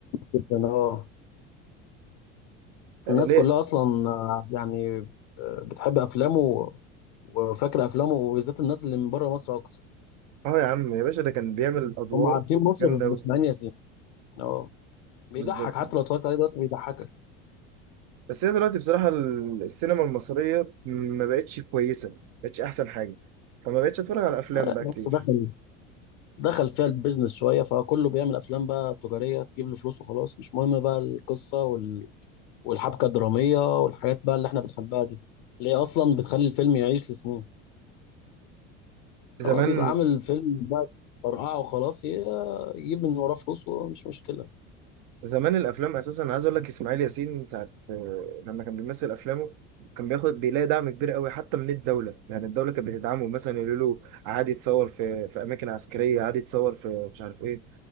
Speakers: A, on the left; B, on the right.
A: جدا اه
B: آه،
A: الناس
B: ليه؟
A: كلها اصلا آه، يعني ب- بتحب افلامه و- وفاكره افلامه وبالذات الناس اللي من بره مصر اكتر
B: اه يا عم يا باشا ده كان بيعمل أدوار
A: هم عارفين مصر
B: جامدة
A: بيبقوا
B: أوي
A: مسمعين ياسين اه بيضحك
B: بالظبط
A: حتى لو اتفرجت عليه دلوقتي بيضحكك
B: بس هي دلوقتي بصراحة ال- السينما المصرية ما بقتش كويسة ما بقتش أحسن حاجة فما بقتش أتفرج على أفلام
A: بس
B: بقى كتير
A: دخل دخل فيها البيزنس شويه فكله بيعمل افلام بقى تجاريه تجيب له فلوس وخلاص مش مهم بقى القصه والحبكة الدرامية والحاجات بقى اللي احنا بنحبها دي اللي هي أصلا بتخلي الفيلم يعيش لسنين
B: زمان
A: هو بيبقى عامل فيلم بقى فرقعه وخلاص ي- يجيب من وراه فلوس ومش مشكلة
B: زمان الافلام اساسا أنا عايز اقول لك اسماعيل ياسين ساعه آه، لما كان بيمثل افلامه كان بياخد بيلاقي دعم كبير قوي حتى من الدوله يعني الدوله كانت بتدعمه مثلا يقولوا له عادي يتصور في في اماكن عسكريه عادي يتصور في مش عارف ايه